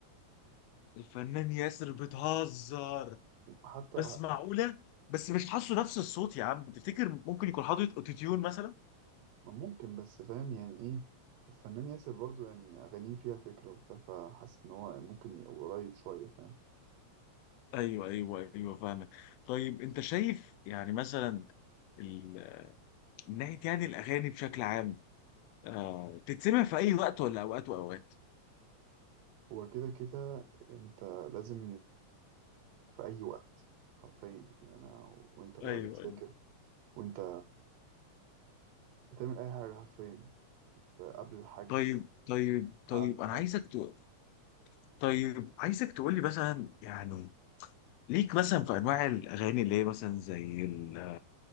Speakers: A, on the left; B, on the right.
A: الفنان ياسر بتهزر
B: حتى
A: بس معقوله بس مش حاسه نفس الصوت يا عم تفتكر ممكن يكون حاطط اوتوتيون مثلا
B: ما ممكن بس فاهم يعني ايه الفنان ياسر برضو يعني أغانيه فيها فكرة وبتاع فحاسس إن هو ممكن يبقى قريب شوية فاهم
A: ايوه ايوه ايوه فاهمك طيب انت شايف يعني مثلا ال... من ناحيه يعني الاغاني بشكل عام آه... تتسمع في اي وقت ولا اوقات واوقات
B: هو كده كده أنت لازم في أي وقت حرفيا يعني أنا وأنت بقى
A: ايوه
B: بتذاكر
A: ايوه
B: وأنت بتعمل أي حاجة حرفيا في قبل الحجز
A: طيب طيب طيب
B: بعد الحجز
A: انا عايزك ت... طيب عايزك تقول لي مثلا يعني ليك مثلا في انواع الاغاني اللي هي مثلا زي ال-